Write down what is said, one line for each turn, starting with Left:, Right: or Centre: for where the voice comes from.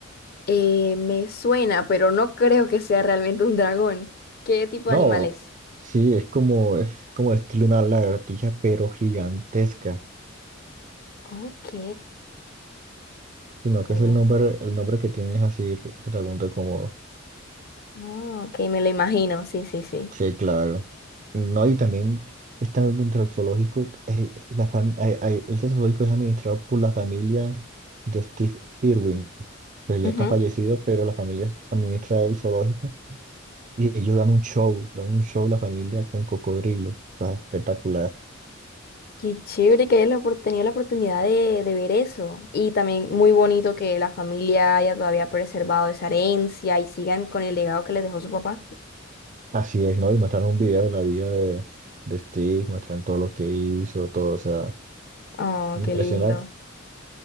Left: Eh, me suena, pero no creo que sea realmente un dragón. ¿Qué tipo
Right: No,
Left: de animal es?
Right: sí, es como, es como estilo una lagartija, pero gigantesca.
Left: Ok,
Right: Sino que
Left: bueno,
Right: es el nombre, el nombre que tiene es así, dragón de Komodo.
Left: ah, ok, me lo imagino, sí, sí, sí.
Right: Sí, claro. No, y también están dentro del zoológico, eh, la fam- hay- hay- el zoológico es administrado por la familia de Steve Irwin, que ya
Left: Ujú.
Right: está fallecido, pero la familia administra el zoológico y ellos dan un show, dan un show la familia con cocodrilos, o sea, espectacular.
Left: Qué chévere que hayas la opor- tenido la oportunidad de, de ver eso. Y también muy bonito que la familia haya todavía preservado esa herencia y sigan con el legado que les dejó su papá.
Right: Así es, ¿no? Y muestran un video de la vida de, de Steve, muestran todo lo que hizo, todo, o sea,
Left: Oh,
Right: muy
Left: qué
Right: impresionante.
Left: lindo.